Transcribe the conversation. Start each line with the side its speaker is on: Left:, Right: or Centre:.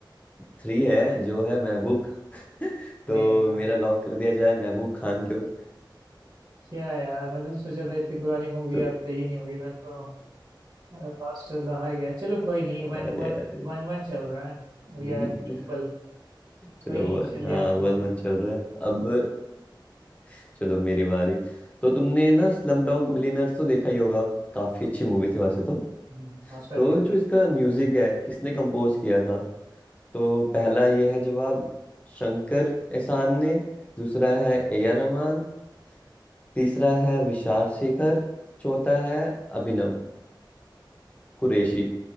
Left: थ्री है जो है महबूब खान <laughs>
Right: अरे
Left: तो
Right: यार
Left: मेरा लॉक कर दिया जाए महबूब खान के उस-
Right: क्या यार मैंने तो सोचा था इतनी पुरानी मूवी
Left: तो
Right: आप
Left: <laughs>
Right: देखी नहीं होगी मैं तो लास्ट तो हार गया चलो कोई नहीं वन
Left: अरे
Right: वन
Left: यार
Right: वन वन चल रहा है We
Left: हम्म,
Right: are triple
Left: चलो
Right: कोई नहीं
Left: वो
Right: चलिए
Left: हाँ
Right: आप
Left: वन
Right: पूछिए
Left: वन चल रहा है अब <laughs> चलो मेरी बारी तो तुमने ना स्लम डॉग मिलियनेयर्स तो देखा ही होगा काफी अच्छी मूवी थी वैसे तो
Right: नमस्कार
Left: तो
Right: जीत
Left: जो
Right: भाई
Left: इसका म्यूजिक है किसने कंपोज किया था तो पहला ये है जवाब शंकर एहसान ने दूसरा है ए आर रहमान तीसरा है विशाल शेखर चौथा है अभिनव कुरैशी